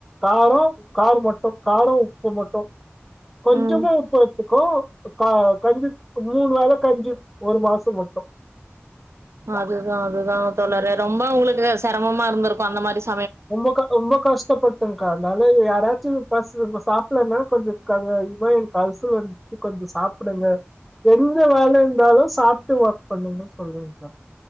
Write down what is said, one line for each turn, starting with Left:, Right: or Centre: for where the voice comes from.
Centre: காரொ கார மட்டு காரொ உப்பு மட்டு கொஞ்சமா
Right: ம்
Centre: உப்பு அ இக்கு க கஞ்சி மூனு வேள கஞ்சி ஒரு மாசோ மட்டு
Right: அதுதா அதுதா தோழரே ரொம்ப உங்களுக்கு செரமமா இருந்திருக்கு அந்த மாரி சு
Centre: ரொம்பக்கா ரொம்ப கஷ்டப்பட் டெங்கா அத்னால யாராச்சு பசு சாப்பல்லனால கொஞ்சொ த இது மாரி எனக்கு அல்சு வந்தி கொஞ்சொ சாப்புடுங்க என்ன வேல இருந்தாலு சாப்ட்டு வர்க் பண்ணுங்க ன்னு சொல்வெக்கா